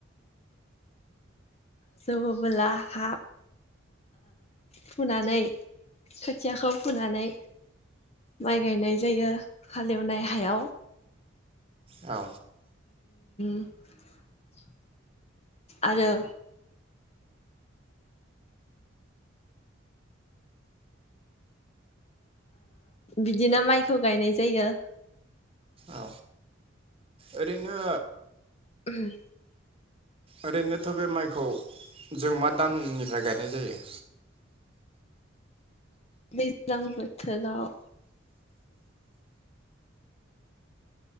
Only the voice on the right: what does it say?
औ
औ ओरैनो
ओरैनोथ' बे माइखौ जों मा दाननिफ्राय गायनाय जायो।